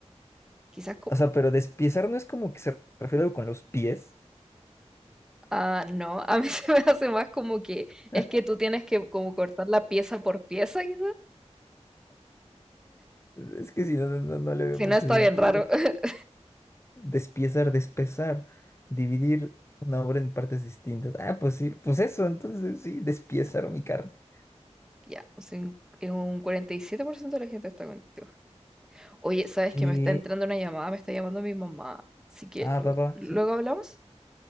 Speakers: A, in the centre; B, on the left.
A: Quizás, co-
B: o sea, pero despiezar no es como que se refiere a algo con los pies.
A: Ah, no, a mí <laughs> se me hace más como que es
B: <laughs>
A: que tú tienes que como cortar la pieza por pieza, quizá.
B: Es que si no, no, no no le veo
A: Si
B: mucho
A: no, está
B: sentido.
A: bien raro. <laughs>
B: Despiezar, despezar, dividir una obra en partes distintas. Ah, pues sí, pues eso, entonces sí, despiezar mi carne.
A: Ya, cin- un 47% de la gente está contigo. Oye, ¿sabes
B: Que.
A: que me está entrando una llamada? Me está llamando mi mamá. Así que
B: Ah,
A: lu-
B: va, va,
A: luego
B: sí.
A: hablamos.